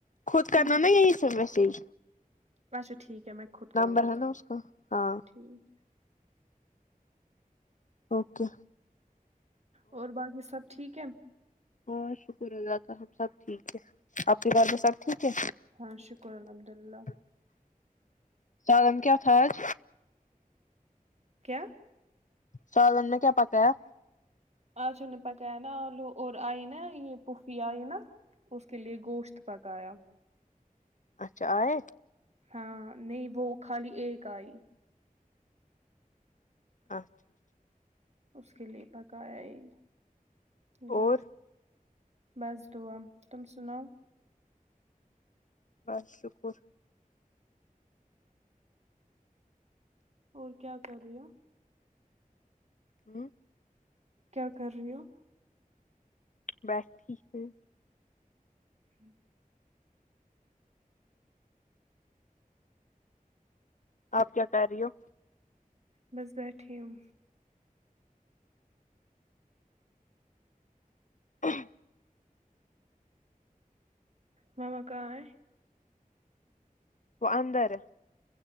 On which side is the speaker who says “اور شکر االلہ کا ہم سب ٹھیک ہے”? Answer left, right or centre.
Left